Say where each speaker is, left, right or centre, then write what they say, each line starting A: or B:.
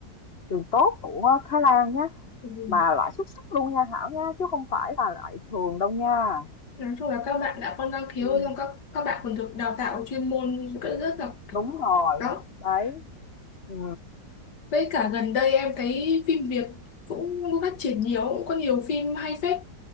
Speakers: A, on the left; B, on the left.
A: trường tốt của Thái Lan nhá,
B: Ừ.
A: mà loại xuất sắc luôn nha Thảo nha, chứ không phải là loại thường đâu nha.
B: Nói chung là các bạn đã có năng khiếu
A: Ừ,
B: xong các các bạn còn được đào tạo chuyên môn rất rất là kiểu
A: đúng rồi.
B: đó
A: Đấy. Ừ.
B: với cả gần đây em thấy phim Việt cũng phát triển nhiều cũng có nhiều phim hay phết